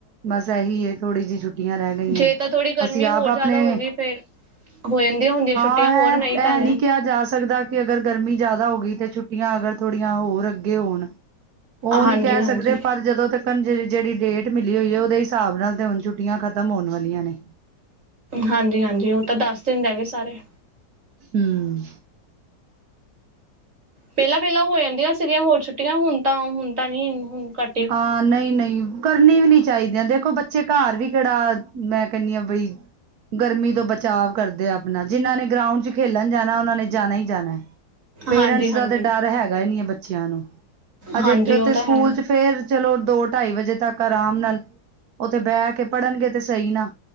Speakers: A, on the right; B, on the right.
A: ਬਸ ਇਹੀ ਏ, ਥੋੜ੍ਹੀ ਜਿਹੀ ਛੁੱਟੀਆਂ ਰਹਿ ਗਈਆਂ,
B: ਜੇ ਤਾਂ ਥੋੜ੍ਹੀ ਗਰਮੀ
A: ਅਸੀਂ ਆਪ
B: ਹੋਰ
A: ਆਪਣੇ
B: ਜ਼ਿਆਦਾ ਹੋ ਗਈ ਫੇਰ ਹੋ ਜਾਂਦੀਆਂ ਹੁੰਦੀਆਂ ਛੁੱਟੀਆਂ
A: ਹਾਂ ਇਹ,
B: ਹੋਰ
A: ਇਹ
B: ਤਾਂ
A: ਨਹੀਂ ਕਿਹਾ ਜਾ ਸਕਦਾ ਅਗਰ ਗਰਮੀ ਜਿਆਦਾ ਹੋ ਗਈ, ਤੇ ਛੁੱਟੀਆਂ ਅਗਰ ਥੋੜੀਆਂ ਹੋਰ ਅੱਗੇ ਹੋਣ ਉਹ
B: ਹਾਂਜੀ
A: ਨਹੀਂ ਕਹਿ
B: ਹਾਂਜੀ
A: ਸਕਦੇ, ਪਰ ਜਦੋਂ ਤੱਕ ਜਿਹੜੀ ਡੇਟ ਮਿਲੀ ਹੋਈ ਹੈ, ਉਹਦੇ ਹਿਸਾਬ ਨਾਲ ਤੇ ਹੁਣ ਛੁੱਟੀਆਂ ਖਤਮ ਹੋਣ ਵਾਲੀਆਂ ਨੇ
B: ਹਾਂਜੀ ਹਾਂਜੀ, ਉਹ ਤਾਂ ਦੱਸ ਦਿਨ ਰਹਿ ਗਏ ਸਾਰੇ।
A: ਹਮ।
B: ਪਹਿਲਾਂ- ਪਹਿਲਾਂ ਹੋ ਜਾਂਦੀਆਂ ਸੀਗੀਆਂ ਹੋਰ ਛੁੱਟੀਆਂ, ਹੁਣ ਤਾਂ ਹੁਣ ਤਾਂ ਨੀ ਹੁਣ ਘ
A: ਹਾਂ, ਨਹੀਂ- ਨਹੀਂ। ਕਰਨੀ ਵੀ ਨੀ ਚਾਹੀਦੀਆਂ, ਦੇਖੋ ਬੱਚੇ ਘਰ ਵੀ ਕਿਹੜਾ ਮੈਂ ਕਹਿੰਦੀ ਹ ਬਈ ਗਰਮੀ ਤੋਂ ਬਚਾਅ ਕਰਦੇ ਆ ਆਪਣਾ, ਜਿਨਾਂ ਨੇ ਗਰਾਊਂਡ 'ਚ ਖੇਲਣ ਜਾਣਾ, ਉਹਨਾਂ ਨੇ ਜਾਣਾ ਹੀ ਜਾਣਾ ਹੈ। ਪੇਰੈਂਟਸ
B: ਹਾਂਜੀ ਹਾਂਜੀ
A: ਦਾ ਤਾਂ ਡਰ ਹੈਗਾ ਹੀ ਨਹੀਂ ਹੈ ਬੱਚਿਆਂ ਨੂੰ, ਅਜੇ
B: ਹਾਂਜੀ
A: ਉੱਥੇ
B: ਉਹ ਤਾਂ
A: ਸਕੂਲ
B: ਹੈ
A: 'ਚ ਫਿਰ ਚਲੋ ਦੋ ਢਾਈ ਵਜੇ ਤੱਕ ਆਰਾਮ ਨਾਲ, ਉੱਥੇ ਬਹਿ ਕੇ ਪੜ੍ਹਨਗੇ ਤੇ ਸਹੀ ਨਾ